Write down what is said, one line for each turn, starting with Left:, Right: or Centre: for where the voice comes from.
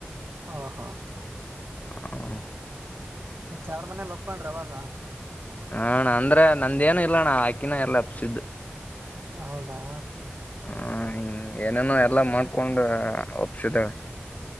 Right: ಹಾ ಹಾ
Left: ಹ್ಮ
Right: ಮತ್ತೆ ಯ್ರ ಮನೇಲಿ ಒಪ್ಕೊಂಡ್ರಿ ಅವಾಗ
Left: ಹ ಅಂದ್ರೆ ನಂದೇನು ಇಲ್ಲಣ್ಣ ಆಾಕಿನ ಎಲ್ಲ ಅಪ್ಸಿದ್ದು
Right: ಹೌದಾ
Left: ಹ ಹಿಂಗ ಏನೇನೋ ಎಲ್ಲಾ ಮಾಡ್ಕೊಂಡು ಒಪ್ಸಿದೇವೆ